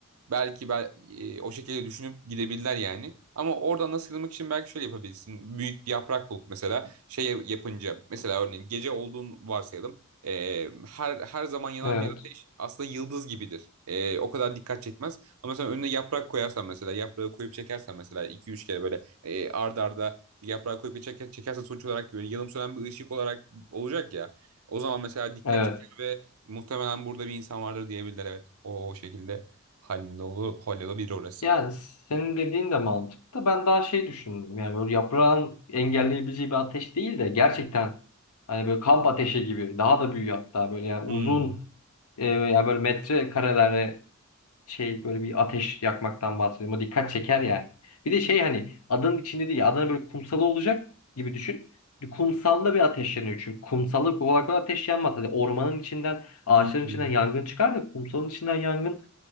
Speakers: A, on the right (about 80°); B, on the left (about 85°).
A: Belki bel e, o şekilde düşünüp gidebilirler yani. Ama oradan nasıl sıyrılmak için belki şöyle yapabilirsin. Büyük bir yaprak bulup mesela şey yapınca mesela örneğin gece olduğunu varsayalım. Ee, her her zaman yanan
B: evet,
A: bir ateş aslında yıldız gibidir. Ee, o kadar dikkat çekmez. Ama sen önüne yaprak koyarsan mesela yaprağı koyup çekersen mesela iki üç kere böyle e, ard arda bir yaprağı koyup bir çeker, çekersen sonuç olarak böyle yanım sönen bir ışık olarak olacak ya. O zaman mesela dikkat
B: evet.
A: çeker ve muhtemelen burada bir insan vardır diyebilirler evet. O şekilde hallolu hallolabilir orası.
B: Yani senin dediğin de mantıklı. Ben daha şey düşündüm yani böyle yaprağın engelleyebileceği bir ateş değil de gerçekten hani böyle kamp ateşi gibi daha da büyüyor hatta böyle yani
A: Hmm.
B: uzun e, ya böyle metre şey böyle bir ateş yakmaktan bahsediyorum. O dikkat çeker yani. Bir de şey hani adanın içinde değil adanın böyle kumsalı olacak gibi düşün. Bir kumsalda bir ateş yanıyor çünkü kumsalda kolay kolay ateş yanmaz. Hani ormanın içinden ağaçların
A: Hmm.
B: içinden yangın çıkar da kumsalın içinden yangın